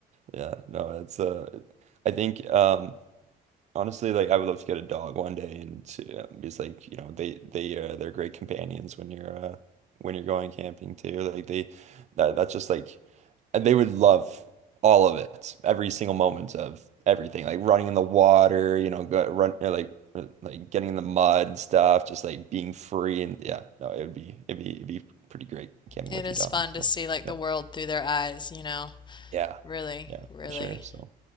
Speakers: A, on the right; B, on the left.
A: Yeah. No, it's uh I think um Honestly, like I would love to get a dog one day, and to, um, it's like you know they they uh, they're great companions when you're uh, when you're going camping too. Like they that that's just like they would love all of it, every single moment of everything, like running in the water, you know, go, run or like uh, like getting in the mud and stuff, just like being free and yeah, no, it would be it'd be it'd be pretty great camping
B: it
A: with
B: is
A: your dog.
B: fun to
A: So
B: see like
A: yeah,
B: the world through their eyes, you know.
A: yeah,
B: Really,
A: yeah,
B: really.
A: for sure. So.